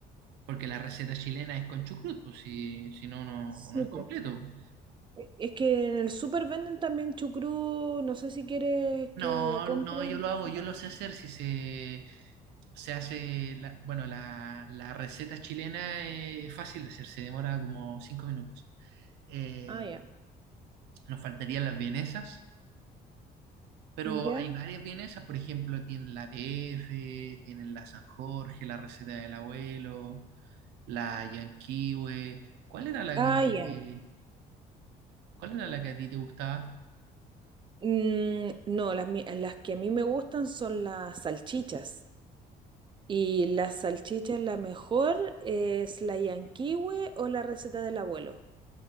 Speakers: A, on the right; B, on the right.
A: porque la receta chilena es con chucrut, pues si, si no, no,
B: Sí,
A: no es
B: pues.
A: completo.
B: Es que en el súper venden también chucrú, no sé si quieres
A: No,
B: que compre.
A: no, yo lo
B: por
A: hago,
B: súper.
A: yo lo sé hacer, si se, se hace, la- bueno, la, la receta chilena eh, es fácil de hacer, se demora como cinco minutos. Eh,
B: Ah, ya.
A: nos faltarían las vienesas. Pero
B: Ya.
A: hay varias vienesas, por ejemplo, tienen la PF, tienen la San Jorge, la receta del abuelo, La Yanquiwe. ¿Cuál era la
B: Ah,
A: que,
B: ya.
A: cuál era la que a ti te gustaba?
B: Mm, no, las, mi- las que a mí me gustan son las salchichas. Y la salchicha, la mejor es la yanquiwe o la receta del abuelo.